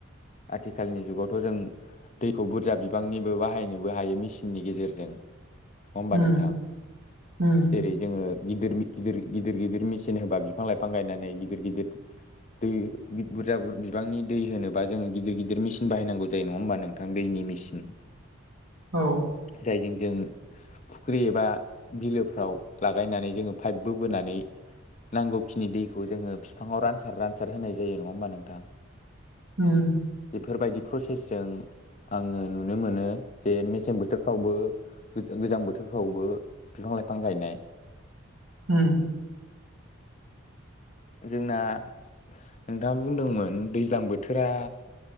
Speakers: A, on the left (about 35°); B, on the right (about 75°).
A: आथिखालनि जुगावथ' जों । दैखौ बुरजा बिबांनिबो बाहायनोबो हायो मेसिननि गेजेरजों । नङा होनबा
B: उम
A: नोंथां
B: उम
A: जेरै जोङो । गिदिर गिदिर गिदिर गिदिर मेसििन होबा बिफां लाइफां गायनानै गिदिर गिदिर । दै बुरजा बिबांनि दै होनोबा जोङो गिदिर गिदिर मिचन बायनांगौ जायो नङा होमबा नोंथां दैनि मेसिन ।
B: औ ।
A: जायजों जों फुख्रि एबा बिलोफ्राव लागायनानै जोङो पाइपबो बोनानै नांगौखिनि दैखौ जोङो फिफाङाव रानसार रानसार होनाय जायो नङा होमबा नोंथां ।
B: ओम ।
A: बेफोरबायदि प्रसेसजों आङो नुनो मोनो जे मेसें बोथोरफ्रावबो गो गोजां बोथोरफ्रावबो बिफां लाइफां गायनाय
B: उम ।
A: जोंना नोंथाङा बुंदोंमोन दैज्लां बोथोरा